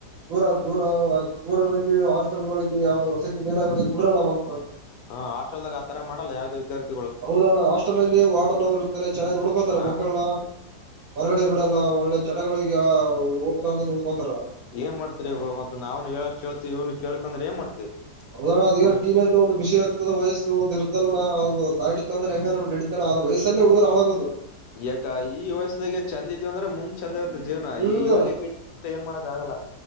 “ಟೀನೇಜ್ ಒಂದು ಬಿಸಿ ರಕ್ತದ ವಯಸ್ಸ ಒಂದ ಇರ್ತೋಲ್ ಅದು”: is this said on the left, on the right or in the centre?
Right